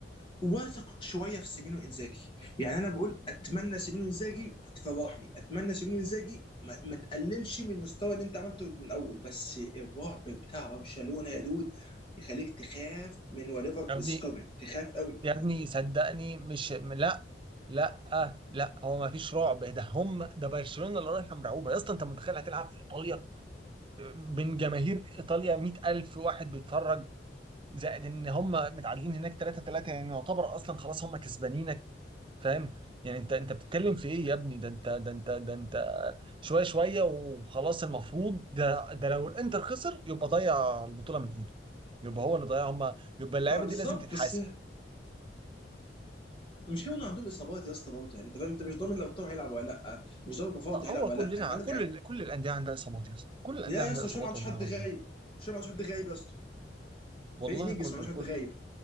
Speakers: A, on the left (about 30°); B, on the right (about 30°).
A: واثق شويه في سيمينو انزاجي يعني انا بقول اتمنى سيمينو انزاجي تفضحني اتمنى سيمينو انزاجي ما, ما تقللش من المستوى اللي انت عملته من الاول بس الرعب بتاع برشلونه يا دود يخليك تخاف من whatever
B: يا ابني
A: is coming تخاف قوي
B: يا ابني صدقني مش م- لا لا آه، لا هو ما فيش رعب ده هم ده برشلونه اللي رايحه مرعوبه يا اسطى انت متخيل هتلعب في ايطاليا من جماهير ايطاليا 100000 واحد بيتفرج زائد ان هم متعادلين هناك 3 3 يعني يعتبر اصلا خلاص هم كسبانينك فاهم يعني انت انت بتتكلم في ايه يا ابني ده انت ده انت ده انت شويه شويه وخلاص المفروض ده ده لو الانتر خسر يبقى ضيع البطوله من ايده يبقى هو اللي ضيع هم يبقى اللعيبه
A: ما بالظبط
B: دي لازم تتحاسب
A: بس المشكله انه عندهم اصابات يا اسطى برضه يعني انت فاهم انت مش ضامن لو طاهر هيلعب ولا لا مش ضامن المفروض
B: طب هو
A: هيلعب ولا
B: كلنا
A: لا انت عندك
B: كل ال- كل الانديه عندها اصابات يا اسطى كل الانديه
A: لا
B: عندها
A: يا اسطى
B: اصابات
A: هشام ما عندوش
B: والله
A: حد
B: العظيم
A: غايب هشام ما عندوش حد غايب يا اسطى
B: والله
A: فريق نجس
B: كله
A: ما عندوش حد
B: كله
A: غايب